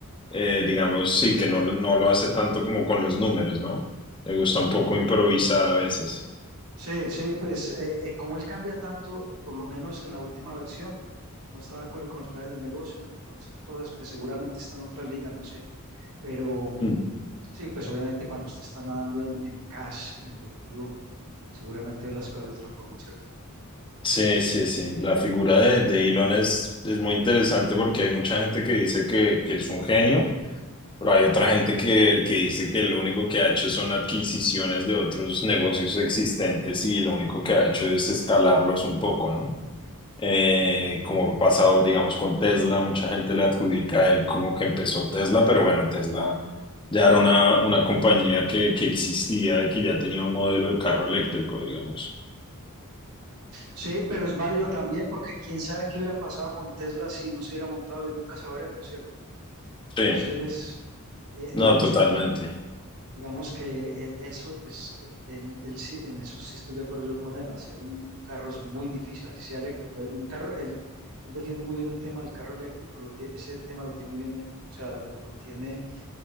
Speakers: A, on the left; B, on the right.
A: eh, digamos, sí, que no, lo- no lo hace tanto como con los números, ¿no? Le gusta un poco improvisar a veces.
B: Sí, sí, pues eh, eh, como él cambia tanto, por lo menos en la última versión, no está de acuerdo con los planes de negocios ni con esas cosas, pues seguramente está en otra liga, no sé. Pero
A: Mm.
B: sí, pues obviamente cuando usted está nadando en, en cash, en efectivo, pues seguramente ve las cosas de otra forma, ¿cierto?
A: Sí, sí, sí. La figura de, de Elon es, es muy interesante porque hay mucha gente que dice que, que es un genio Pero hay otra gente que, que dice que lo único que ha hecho son adquisiciones de otros negocios existentes y lo único que ha hecho es escalarlos un poco, ¿no? Eh, como ha pasado, digamos, con Tesla, mucha gente le adjudica a él como que empezó Tesla, pero bueno, Tesla ya era una, una compañía que, que existía y que ya tenía un modelo de carro eléctrico, digamos.
B: Sí, pero es válido también porque quién sabe qué hubiera pasado con Tesla si no se hubiera montado, le nunca sabremos, ¿cierto? Entonces,
A: Sí,
B: eh,
A: no,
B: digamos
A: totalmente.
B: que Digamos que eh, eso es, eh, él- él sí- en eso sí estoy de acuerdo yo con él, hacer un, un carro es muy difícil, así sea eléctrico. Eh, Un carro, él, él defiende muy bien el tema del carro eléctrico, lo tie- ese tema lo tiene muy bien, met- o sea, lo, lo tiene, eh,